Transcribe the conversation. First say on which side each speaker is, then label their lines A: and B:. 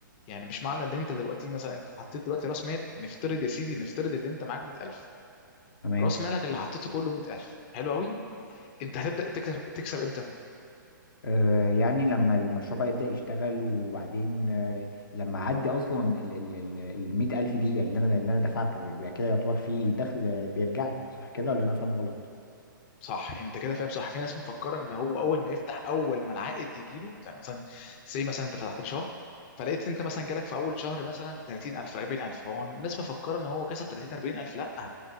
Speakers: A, on the left; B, on the left.
A: يعني مش معنى ان انت دلوقتي مثلا انت حطيت دلوقتي راس مال نفترض يا سيدي نفترض ان انت معاك 100000
B: تمام
A: راس مالك اللي حطيته كله 100000 حلو قوي انت هتبدا تكسب تكسب امتى
B: آه يعني لما المشروع بقى يبدأ يشتغل وبعدين آه لما عدي اصلا ال ال ال المية ألف دي اللي انا اللي انا دفعته يبقى كده يعتبر في دخل بيرجع لي صح كده ولا انا فاهم غلط؟
A: صح انت كده فاهم صح في ناس مفكره ان هو اول ما يفتح اول ما العائد يجي له زي مثلا زي مثلا انت فتحت له شهر فلقيت انت مثلا جالك في اول شهر مثلا 30000 40000 هو الناس مفكره ان هو كسب 30 40000 لا